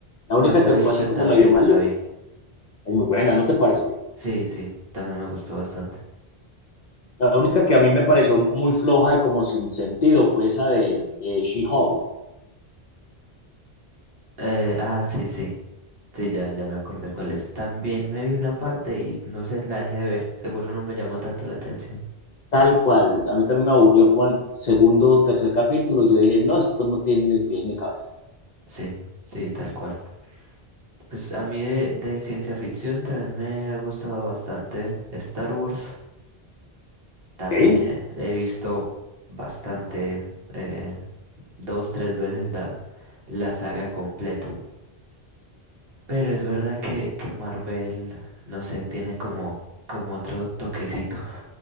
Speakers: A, on the left (about 55°); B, on the right (about 65°).
A: La única
B: WandaVision
A: que fue así como
B: también
A: medio maluca
B: me la vi.
A: es muy buena, ¿no te parece?
B: Sí, sí, también me gustó bastante.
A: La única que a mí me pareció muy floja y como sin sentido fue esa de, de She-Hulk.
B: Eh, ah, sí, sí, sí, ya, ya me acordé cuál es. También me vi una parte y no sé, la dejé de ver. Seguro no me llamó tanto la atención.
A: Tal cual. A mí también me aburrió como el segundo o tercer capítulo. Yo dije, no, esto no tiene ni pies ni cabeza.
B: Sí, sí, tal cual. Pues a mí de, de ciencia ficción también me ha gustado bastante Star Wars. También
A: ¿Sí?
B: he, he visto bastante, eh, dos, tres veces la, la saga completa. Pero es verdad que, que Marvel, no sé, tiene como, como otro toquecito.